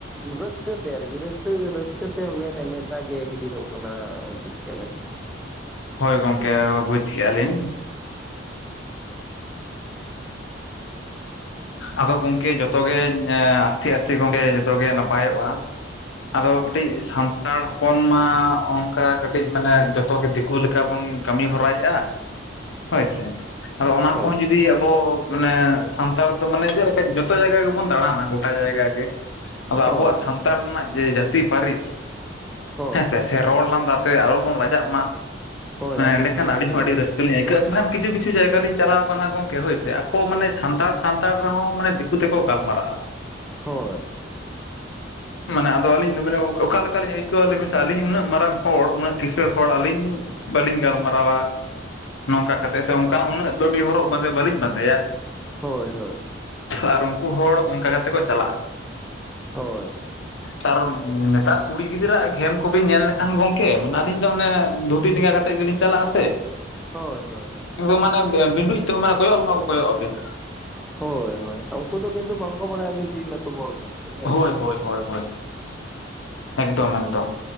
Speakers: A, in the centre; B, on the left (about 80°).
A: ᱨᱟᱹᱥᱠᱟ. ᱛᱮ ᱟᱨᱠᱤ ᱨᱟᱹᱥᱠᱟ. ᱨᱟᱹᱥᱠᱟ. ᱛᱮ ᱢᱮᱫ ᱨᱮ ᱢᱮᱫ ᱫᱟᱜ ᱜᱮ ᱦᱤᱰᱤᱨᱚᱜ ᱠᱟᱱᱟ ᱵᱩᱡᱽ ᱫᱟᱵᱮᱱ᱾
B: ᱦᱳᱭ ᱜᱚᱝᱠᱮ ᱵᱩᱡᱽ ᱠᱮᱜᱼᱟ ᱞᱤᱧ᱾ ᱟᱫᱚ ᱜᱚᱝᱠᱮ ᱡᱚᱛᱚ ᱜᱮ ᱮᱸ ᱟᱥᱛᱮ ᱟᱥᱛᱮ ᱜᱚᱝᱠᱮ ᱡᱚᱛᱚ ᱜᱮ ᱱᱟᱯᱟᱭᱚᱜᱼᱟ᱾ ᱟᱫᱚ
A: ᱦᱳᱭ
B: ᱠᱟᱹᱴᱤᱡ
A: ᱦᱳᱭ
B: ᱥᱟᱱᱛᱟᱲ ᱦᱚ ᱦᱚᱯᱚᱱ ᱢᱟ ᱚᱱᱠᱟ ᱠᱟᱹᱴᱤᱡ ᱢᱟᱱᱮ ᱡᱚᱛᱚ ᱜᱮ ᱫᱤᱠᱩ ᱞᱮᱠᱟ ᱵᱚᱱ ᱠᱟᱹᱢᱤ ᱦᱚᱨᱟᱭᱮᱜᱼᱟ ᱾ ᱦᱳᱭ ᱥᱮ, ᱟᱫᱚ ᱚᱱᱟ
A: ᱦᱳᱭ
B: ᱠᱚᱦᱚᱸ ᱡᱩᱫᱤ ᱟᱵᱚ ᱢᱟᱱᱮ ᱥᱟᱱᱛᱟᱲ ᱟᱫᱚ ᱢᱟᱱᱮ ᱪᱮᱫ ᱞᱮᱠᱟ ᱡᱚᱛᱚ ᱡᱟᱭᱜᱟ ᱜᱮᱵᱚᱱ ᱫᱟᱲᱟᱱᱟ ᱜᱚᱴᱟ ᱡᱟᱭᱜᱟ ᱜᱮ ᱟᱫᱚ
A: ᱦᱳᱭ
B: ᱟᱵᱚᱣᱟᱜ ᱥᱟᱱ ᱛᱟᱲ ᱨᱮᱱᱟᱜ ᱡᱮ ᱡᱟᱹᱛᱤ ᱯᱟᱹᱨᱤᱥ
A: ᱦᱳᱭ
B: ᱦᱮᱸᱥᱮ ᱥᱮ ᱨᱚᱲ ᱞᱟᱸᱫᱟ ᱛᱮ ᱟᱞᱚ ᱵᱚᱱ ᱞᱟᱡᱟᱜ ᱢᱟ᱾
A: ᱦᱳᱭ
B: ᱢᱟᱱᱮ
A: ᱟᱹᱞᱤᱧ
B: ᱮᱸᱰᱮᱠᱷᱟᱱ
A: ᱚᱱᱟ
B: ᱟᱹᱰᱤᱧ
A: ᱜᱮᱞᱤᱧ
B: ᱦᱚᱸ ᱟᱹᱰᱤ
A: ᱞᱟᱹᱭ
B: ᱨᱟᱹᱥ ᱠᱟᱹ ᱞᱤᱧ ᱟᱹᱭᱠᱟᱹᱜᱼᱟ ᱵᱟᱠᱷᱟᱱ ᱠᱤᱪᱷᱩ ᱠᱤᱪᱷᱩ ᱡᱟᱭᱜᱟ ᱞᱤᱧ ᱪᱟᱞᱟᱣ ᱟᱠᱟᱱᱟ ᱜᱚᱝᱠᱮ ᱦᱳᱭ ᱥᱮ ᱟᱠᱚ ᱢᱟᱱ ᱥᱟᱱᱛᱟᱲ ᱥᱟᱱᱛᱟᱲ ᱨᱮᱦᱚᱸ ᱢᱟᱱᱮ ᱫᱤᱠᱩ ᱛᱮᱠᱚ ᱜᱟᱞᱢᱟᱨᱟᱜᱼᱟ ᱾
A: ᱦᱳᱭ
B: ᱢᱟᱱᱮ ᱟᱫᱚ ᱟᱹᱞᱤᱧ ᱫᱚ ᱚᱠᱟ ᱞᱮᱠᱟ ᱞᱤᱧ ᱟᱹᱭᱠᱟᱹᱣᱟ ᱞᱟᱹᱭ ᱵᱤᱱ ᱥᱮ ᱟᱹᱞᱤᱧ ᱩᱱᱟᱹᱜ ᱢᱟᱨᱟᱝ ᱦᱚᱲ ᱩᱱᱟᱹᱜ ᱠᱤᱥᱟᱹᱬ ᱦᱚᱲ ᱟᱹᱞᱤᱧ ᱵᱟᱹᱞᱤᱧ ᱜᱟᱞᱢᱟᱨᱟᱣᱟ ᱱᱚᱝᱠᱟ ᱠᱟᱛᱮᱫ ᱥᱮ ᱚᱱᱠᱟᱱᱟᱜ ᱩᱱᱟᱹᱜ ᱫᱟᱹᱢᱤ ᱦᱚᱨᱚᱜ ᱵᱟᱸᱫᱮ ᱵᱟᱹᱞᱤᱧ ᱵᱟᱸᱫᱮᱭᱟ᱾
A: ᱦᱳᱭ ᱦᱳᱭ᱾
B: ᱟᱨ ᱩᱱᱠᱩ ᱦᱚᱲ ᱚᱱᱠᱟ ᱠᱟᱛᱮ ᱠᱚ ᱪᱟᱞᱟᱜ-ᱟ᱾
A: ᱦᱳᱭ᱾
B: ᱠᱟᱨᱚᱱ ᱱᱮᱛᱟᱨ ᱠᱩᱲᱤ ᱜᱤᱫᱽᱨᱟᱹ ᱟᱜ ᱜᱷᱮᱢ ᱠᱚᱵᱤᱱ ᱧᱮᱞ ᱞᱮᱠᱷᱟᱱ ᱜᱚᱝᱠᱮ ᱢᱟᱱᱮ ᱟᱹᱞᱤᱧ ᱫᱚ ᱚᱱᱮ ᱫᱷᱩᱛᱤ ᱰᱮᱸᱜᱟ ᱠᱟᱛᱮᱜ ᱜᱮᱞᱤᱧ ᱪᱟᱞᱟᱜ-ᱟ ᱥᱮ,
A: ᱦᱳᱭ ᱦᱳᱭ ᱦᱳᱭ᱾
B: ᱮᱠᱫᱚᱢ ᱢᱟᱱᱮ ᱵᱤᱱᱰᱩᱡ ᱛᱮᱦᱚᱸ ᱢᱟᱱᱮ ᱠᱚᱭᱚᱜ ᱦᱚᱸ ᱵᱟᱠᱚ ᱠᱚᱭᱚᱜ ᱟᱵᱮᱱᱟ ᱾
A: ᱦᱳᱭ ᱦᱳᱭ ᱩᱱᱠᱩ ᱫᱚ ᱠᱤᱱᱛᱩ ᱵᱟᱝᱠᱚ ᱵᱟᱲᱟᱭᱟ ᱟᱹᱵᱤᱱ ᱛᱤᱱ ᱞᱟᱹᱴᱩ ᱦᱚᱲ ᱠᱟᱱᱟᱵᱤᱱ ᱾
B: ᱦᱳᱭ ᱦᱳᱭ ᱦᱳᱭ ᱮᱠᱫᱚᱢ ᱮᱠᱫᱚᱢ,